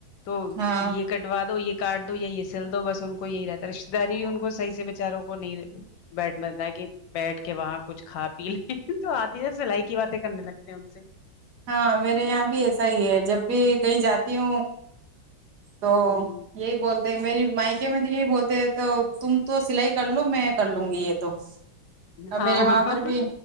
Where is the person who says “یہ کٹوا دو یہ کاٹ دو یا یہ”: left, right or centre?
Left